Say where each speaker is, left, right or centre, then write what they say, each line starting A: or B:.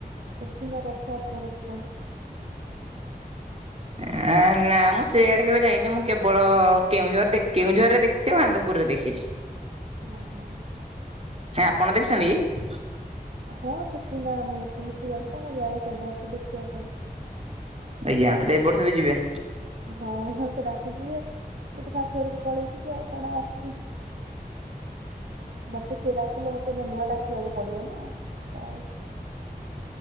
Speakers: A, on the right; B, on the right.
A: ସୁକିନ୍ଦା ରଥଯାତ୍ରା ଦେଖିଚନ୍ତି?
B: ହଁ ଆ ନାଁ ମୁଁ ସେଆଡ଼େ କେବେ ଯାଇନି ମୁଁ କେବଳ କେଉଁଝର କେଉଁଝରରେ ଦେଖିଚି ଆନ୍ଦପୁରରେ ଦେଖିଛି। ହ
A: ଅ ହଁ।
B: କାଇଁ ଆପଣ ଦେଖିଚନ୍ତି କି?
A: ହଁ ସୁକିନ୍ଦା ମୋ ପିଇସୀ ଘର ତ ମୁଁ ଯାଏ ସବୁ ବର୍ଷ ଦେଖିବା ପାଇଁ।
B: ଆଜ୍ଞା ରାତିରେ ଏ ବର୍ଷ ବି ଯିବେ।
A: ହଁ ହଁ ସେ ଡାକିଚି ଯେ ମୁଁ ତ ଶାଶୁଘରକୁ ପଳେଇଥିବି ଆଉ କଣ ଆଉ ଆସିବି।
B: ହ
A: ମତେ ସିଏ ଡାକିଲେ ମତେ ନୂଆ ଡାକିବାକୁ ପଡିବ ନାଁ ତ ଆଉ